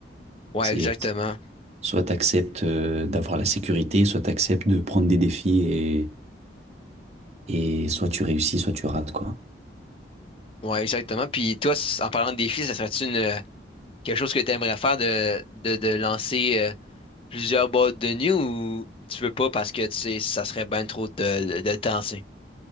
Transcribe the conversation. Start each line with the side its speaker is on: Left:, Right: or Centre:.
Left: ouais,
Right: C'est
Left: exactement.
Right: soit tu acceptes d'avoir la sécurité, soit tu acceptes de prendre des défis et, et soit tu réussis, soit tu rates, quoi.
Left: Ouais, exactement. Puis toi, c- en parlant de défis, ça serait-tu une euh, quelque chose que tu aimerais faire de, de, de lancer euh, Plusieurs boîtes de nuit ou tu veux pas parce que tu sais, ça serait bien trop de, de temps, tu sais.